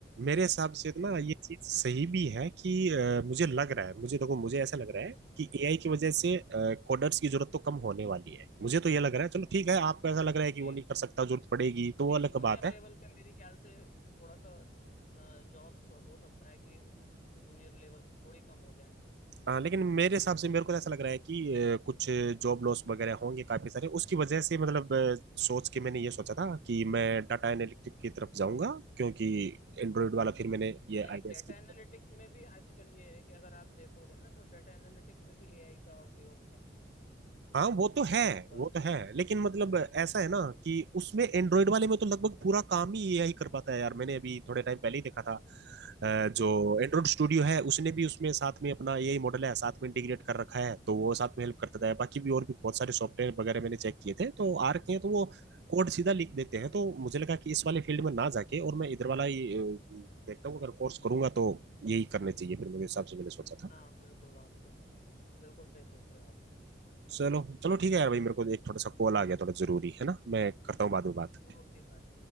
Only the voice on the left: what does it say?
हम्म
हम्म
जी
जी
जूनियर
लेवल पे मेरे ख्याल से थोड़ा सा जॉब्स हो सकता है कि जूनियर लेवल पे थोड़ी कम हो जाए
हाँ
नहीं
डेटा
एनालिटिक्स में भी आजकल ये है कि अगर आप देखोगे ना तो डेटा एनालिटिक्स में भी एआई का उपयोग है
अ,
हम्म,
हाँ हाँ
हाँ हाँ
हाँ बिल्कुल आप बिल्कुल सही सोच रहे हो आप
Okay bye